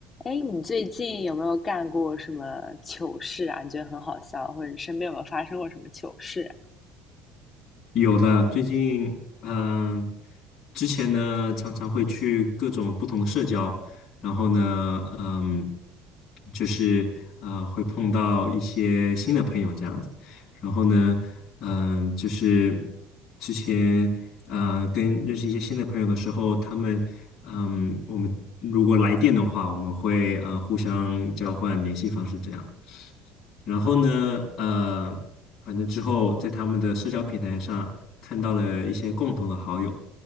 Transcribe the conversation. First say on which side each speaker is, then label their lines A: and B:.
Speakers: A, on the left; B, on the left.
A: 哎，你最近有没有干过什么糗事啊？你觉得很好笑，或者你身边有没有发生过什么糗事啊？
B: 有的，最近嗯、呃之前呢常常会去各种不同的社交，然后呢，嗯，就是呃会碰到一些新的朋友这样子，然后呢，嗯、就是之前呃跟认识一些新的朋友的时候，他们嗯、我们如果来电的话，我们会呃互相交换联系方式这样。然后呢，呃，反正之后在他们的社交平台上看到了一些共同的好友，